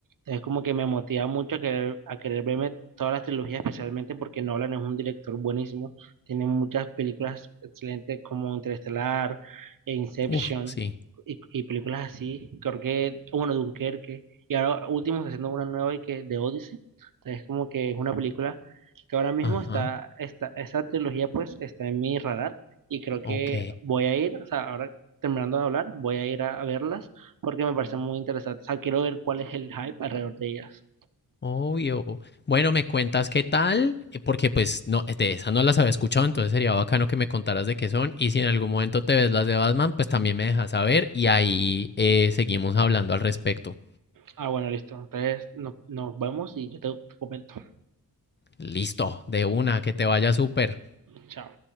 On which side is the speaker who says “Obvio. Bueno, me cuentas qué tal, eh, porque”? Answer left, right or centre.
Left